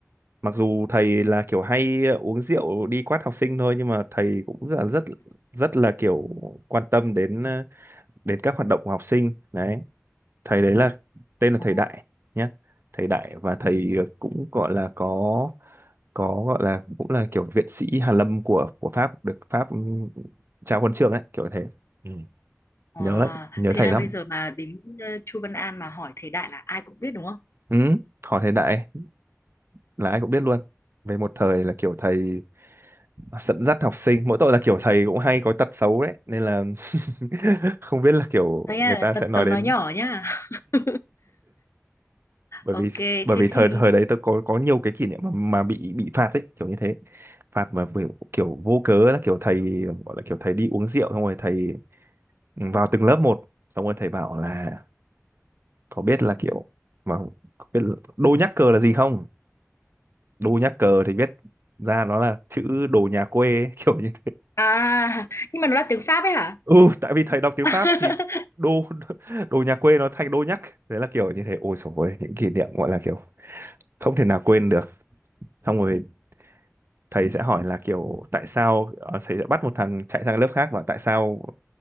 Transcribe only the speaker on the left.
Ồ,
wow.
thế
là
bây giờ mà đến ờ, Chu Văn An mà hỏi thầy Đại là ai cũng biết đúng không
đấy là
tật
xấu
nói nhỏ nhá <laughs>
ok
thế
thì
à nhưng mà nó là tiếng Pháp ấy hả
<laughs>